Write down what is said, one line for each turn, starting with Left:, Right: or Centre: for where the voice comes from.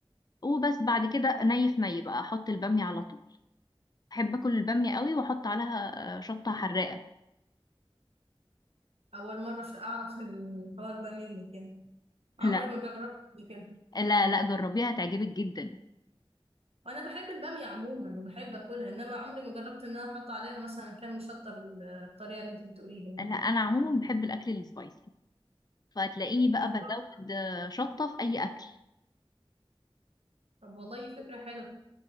Left: وبس بعد كده ني في ني بقى احط البامية على طول بحب اكل الباميه قوي واحط عليها آه، شطه حراقه
Right: اول مره عشان اعرف الحوار ده منك يعني عمري
Left: لا
Right: ما جربت قبل كده
Left: لا لا جربيها هتعجبك جدا
Right: وانا بحب الباميه عموما وبحب اكلها انما عمري ما جربت ان انا احط عليها مثلا كم شطه بال- بالطريقه اللي انت بتقوليها يعني
Left: لا انا عموما بحب الاكل السبايسي فهتلاقيني بقى
Right: انا
Left: بزود
Right: برضه
Left: آه، شطه في اي اكل
Right: طب والله فكره حلوه